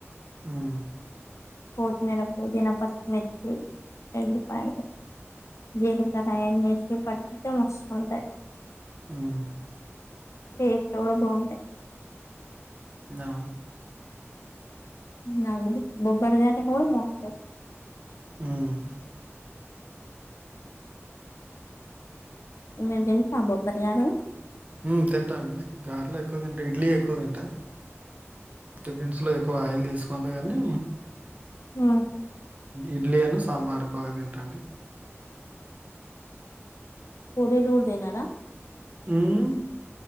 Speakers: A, on the right; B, on the left.
A: ఉమ్
B: కోతిమీర పుదీన పచ్చిమిర్చి వెల్లిపాయ జీలకర్ర అయన్నేసి పట్టితే మస్తుంటాయి
A: హ్మ్.
B: టేస్ట్ కూడా బాగుంటాయ్
A: నా
B: నాగు బొబ్బర గార్లు కూడ బాగుంటయ్
A: ఉమ్
B: మీర్ తింటర బొబ్బర్ గారెలు
A: ఉమ్ తింటా అండి గార్లే ఎక్కువ తింటా ఇడ్లీ ఎక్కువ తింటా టిఫిన్స్ లో ఎక్కు ఆయిల్ తీసుకుంట గాని
B: అ
A: ఇడ్లీ అను సాంబార్ బాగా తింటా అండి
B: పూరీలు కూడ తినరా
A: ఉమ్